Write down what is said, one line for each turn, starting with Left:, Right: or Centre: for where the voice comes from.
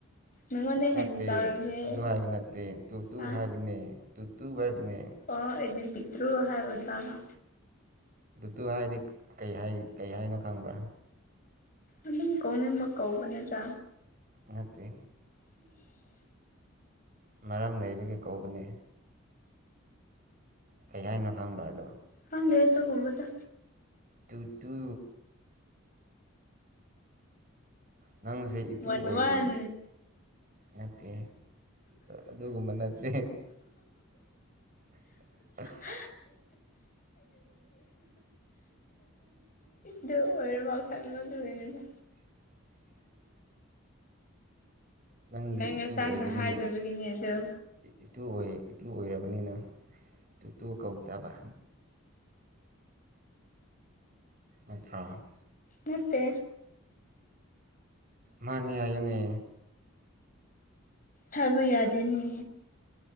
Left: ꯅꯪꯉꯣꯟꯗ ꯍꯦꯟꯅ
Right: ꯅꯠꯇꯦ
Left: ꯆꯥꯎꯔꯒꯦ
Right: ꯑꯗꯨ ꯍꯥꯏꯕ ꯅꯠꯇꯦ ꯇꯨ ꯇꯨ
Left: ꯍꯥ
Right: ꯍꯥꯏꯕꯅꯦ ꯇꯨ ꯇꯨ ꯍꯥꯏꯕꯅꯦ
Left: ꯑꯣ ꯑꯩꯗꯤ ꯄꯤꯛꯇ꯭ꯔꯨ ꯍꯥꯏꯕ ꯇꯥꯕ
Right: ꯇꯨ ꯇꯨ ꯍꯥꯏꯗꯤ ꯀꯩ ꯍꯥꯏ ꯀꯩ ꯍꯥꯏꯅꯣ ꯈꯪꯕ꯭ꯔꯥ
Left: ꯑꯗꯨꯝ ꯀꯧꯅꯤꯡꯕ ꯀꯧꯕ ꯅꯦꯗ
Right: ꯅꯠꯇꯦ
Left: ꯏꯁ
Right: ꯃꯔꯝ ꯂꯩꯕꯒꯤ ꯀꯧꯕꯅꯦ ꯀꯩ ꯍꯥꯏꯅꯣ ꯈꯪꯕ꯭ꯔꯥ ꯑꯗꯣ
Left: ꯈꯪꯗꯦ ꯑꯗꯨꯒꯨꯝꯕꯗꯣ
Right: ꯇꯨ ꯇꯨ ꯅꯪꯁꯦ ꯏꯇꯨ
Left: ꯋꯥꯟ
Right: ꯑꯣꯏꯌꯦ
Left: ꯋꯥꯟ
Right: ꯅꯠꯇꯦ ꯑꯗꯨꯒꯨꯝꯕ ꯅꯠꯇꯦ <unintelligible>
Left: <unintelligible> <unintelligible> ꯗꯨ ꯑꯣꯏꯔꯕ ꯈꯟꯕ ꯗꯨꯒꯤꯅꯤꯗ
Right: <inaudible> ꯅꯪꯗꯤ
Left: ꯅꯪ
Right: ꯏꯇꯨ
Left: ꯉꯁꯥꯏꯅ
Right: ꯑꯣꯏꯕꯅꯤꯅ
Left: ꯍꯥꯏꯗꯕꯒꯤꯅꯦ ꯑꯗꯣ
Right: ꯏꯇꯨ ꯑꯣꯏ ꯏꯇꯨ ꯑꯣꯏꯔꯕꯅꯤꯅ ꯇꯨ ꯇꯨ ꯀꯧꯇꯥꯕ ꯅꯠꯇ꯭ꯔꯥ
Left: ꯅꯠꯇꯦ
Right: ꯃꯥꯅꯦ ꯍꯥꯏꯌꯨꯅꯦ
Left: ꯍꯥꯏꯕ ꯌꯥꯗꯦꯅꯦ